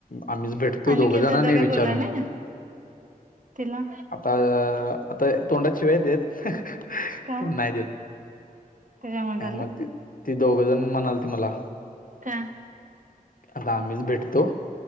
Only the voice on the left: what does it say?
आम्हीच भेट तो
दोघ जण
आणि
विचारून
बघतो
आता अ.. आता तोंडात शिव्या येत्यात.
नाही देत
अ मग ती ती दोघजण म्हणालती मला
आता आम्हीच भेटतो